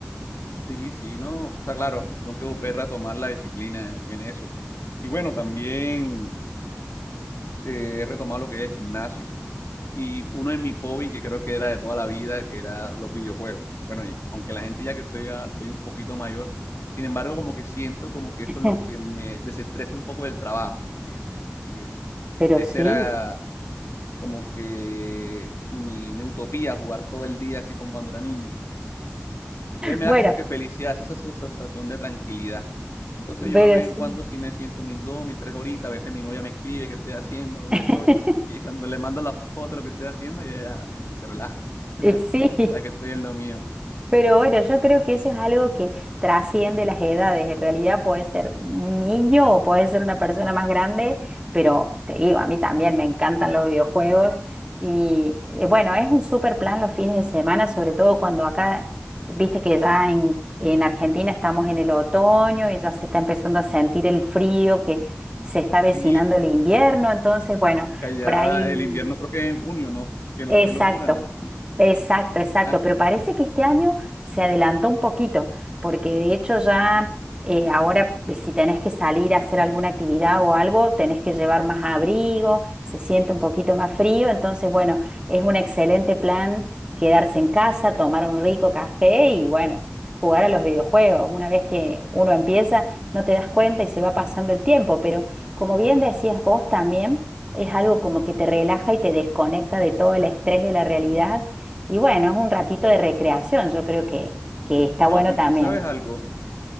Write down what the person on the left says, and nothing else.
Sí, sí, no, está claro, tengo que volver a tomar la disciplina en eso. Y bueno, también eh, he retomado lo que es el gimnasio y uno de mis hobbies que creo que era de toda la vida, que era los videojuegos. Bueno, y aunque la gente ya que estoy, a- estoy un poquito mayor, sin embargo, como que siento como que eso
es lo que me desestresa un poco del trabajo, ¿entiendes? Como que
esa
era como que mi, mi utopía, jugar todo el día así como cuando era niño. Entonces me
da como que felicidad, esa esa sensación de tranquilidad. Entonces yo
de vez
en cuando sí me siento mis dos, mis tres horitas, a veces mi novia me escribe qué estoy haciendo, dónde
estoy, y cuando le mando la foto de lo que estoy haciendo, ella ya como que se relaja,
sabe que estoy en lo mío.
Sí,
que allá
el invierno creo que es en junio, ¿no? <laughs> Qué,
qué locura, ¿no?
Ah,
no,
y,
y sabes algo,